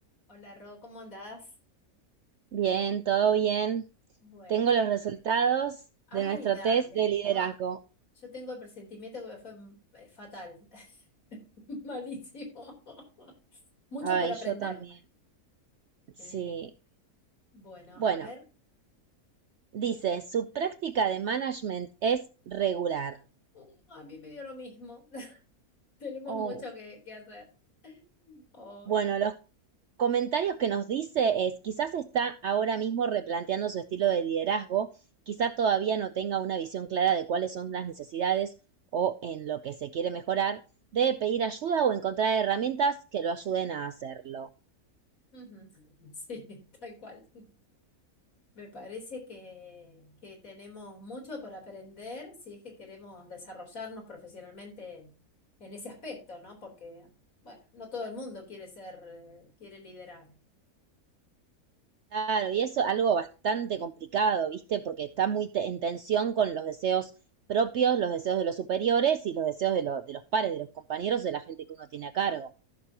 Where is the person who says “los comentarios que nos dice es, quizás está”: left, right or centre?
Right